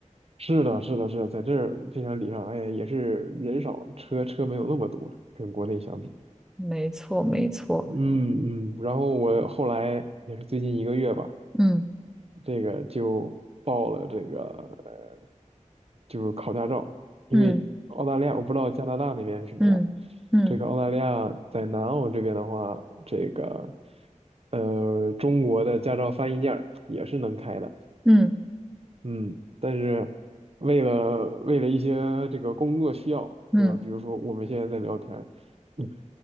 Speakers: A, on the right; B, in the centre.
A: 是的，是的，是的，在这儿非常礼让。哎，也是人少，车车没有那么多，跟国内相比。
B: 没错，没错。
A: 嗯嗯。然后我后来也是最近一个月吧，
B: 嗯
A: 这个就报了这个呃就是考驾照，因为澳大利亚我不知道加拿大那边是什么样。
B: 嗯嗯嗯
A: 这个澳大利亚在南澳这边的话，这个呃中国的驾照翻译件儿也是能开的。
B: 嗯
A: 嗯，但是为了为了一些这个工作需要，
B: 嗯
A: 对吧？比如说我们现在在聊天儿，<laughs> 嗯